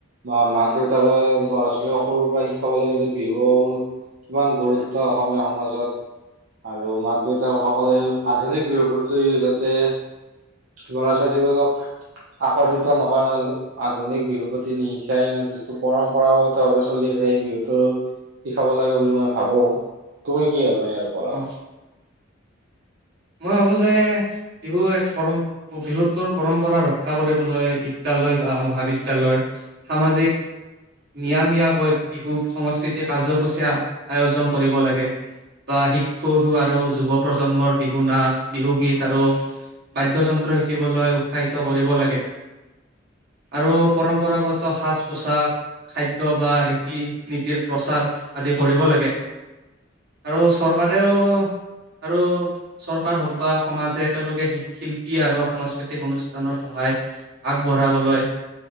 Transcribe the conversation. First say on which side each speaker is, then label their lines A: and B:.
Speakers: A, on the right; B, on the right.
A: বা মাক দেউতাকে ল'ৰা-ছোৱালীক সৰুৰ পৰা শিকাব লাগে যে বিহুৰ কিমান গুৰুত্ব অসমীয়া সমাজত। আৰু মাক-দেউতাকসকলে আধুনিক বিহুৰ প্ৰতি যাতে ল'ৰা-ছোৱালীবিলাকক আকৰ্ষিত নকৰে মানে আধুনিক বিহুৰ প্ৰতি নিশিকাই কিনে যিটো পৰম্পৰাগত ভাৱে চলি আছে সেই বিহুটোৰ ও চাব লাগে বুলি মই ভাবো, তুমি কি ভাবা ইয়াৰ ওপৰত?
B: অ মই ভাবো যে বিহু এক পৰম বিহুটোৰ পৰম্পৰা ৰক্ষা কৰিবলৈ বিদ্যালয় বা অ মহাবিদ্যালয়ৰ সামাজিক নিয়ামিয়াকৈ বিহু সংস্কৃতি কাৰ্যসূচীয়া আয়োজন কৰিব লাগে। বা শিক্ষুুৰ আৰু যুৱ প্ৰজন্মৰ বিহু নাচ বিহু গীত আৰু বাদ্যযন্ত্ৰ শিকিবলৈ উৎসাহিত কৰিব লাগে। আৰু পৰম্পৰাগত সাজপোছাক খাদ্য বা ৰীতি-নীতিৰ প্ৰচাৰ আদি কৰিব লাগে। আৰু চৰকাৰেও আৰু চৰকাৰ হওক বা সমাজে একেলগে শি শিল্পী আৰু সাংস্কৃতিক অনুষ্ঠানৰ সহায় আগবঢ়াবলৈ